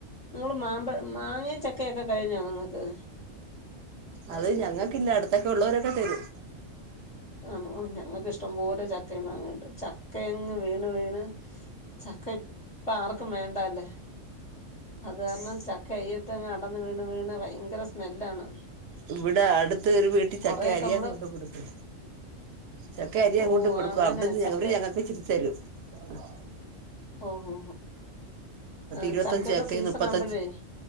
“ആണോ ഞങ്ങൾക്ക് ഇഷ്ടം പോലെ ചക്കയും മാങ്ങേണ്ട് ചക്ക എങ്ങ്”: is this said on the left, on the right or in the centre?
Left